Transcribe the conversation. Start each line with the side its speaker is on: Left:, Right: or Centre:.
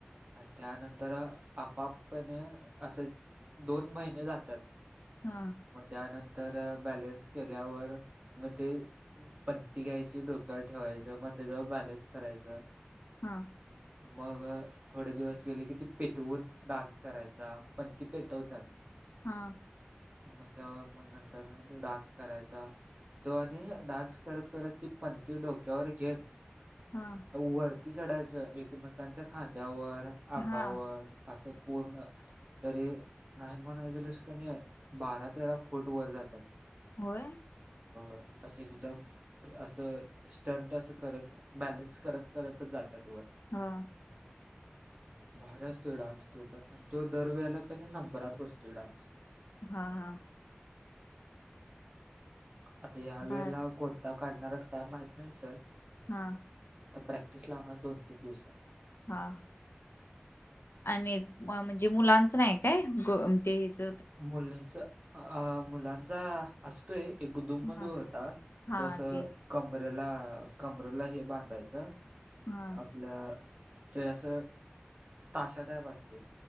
Right: आणि त्यानंतर आपाप कनी असं दोन महिने जातात
Left: हा
Right: मग त्यानंतर बॅलेन्स केल्यावर मग ते पणती घ्यायची डोक्यावर ठेवायचं मग त्याच्यावर बॅलन्स करायचं
Left: हा
Right: मग थोडे दिवस गेले की ती पेटवून डान्स करायचा पणती पेटवतात
Left: हा
Right: मग तो‌ मग नंतरन तो डान्स करायचा तो आणि डान्स करत करत ती पणती डोक्यावर घेत
Left: हा
Right: वर ती चढायचं एकमेकांच्या खांद्यावर अंगावर
Left: हा
Right: असं पूर्ण तरी नाही म्हणाय गेलंस कनी बारा तेरा फुट वर जातात
Left: होय
Right: हो असं एकदम असं स्टंट असं करत बॅलन्स करत करतच जात वर
Left: हा
Right: आवाज नाही भारी असतोय डान्स तो पण आणि तो दर वेेळेला कनी नंबरात बसतोय डान्स
Left: हा हा
Right: आता यावेळेला
Left: भार
Right: कोणता काढणार आहेत काय माहीत नाही सर
Left: हा
Right: आता प्रॅक्टिस लावणार दोन तीन दिवसात
Left: हा आणि म्हणजे मुलांचं नाही काय ग ते इथ
Right: मुलींचा मुलांचा असतोय एक ग दुममधू
Left: हा
Right: होता
Left: हा
Right: तो असं
Left: तेच
Right: कमंरेला कमंरेला हे बांधायचं
Left: हां
Right: आपल ते असं ताशा टाईप असतय.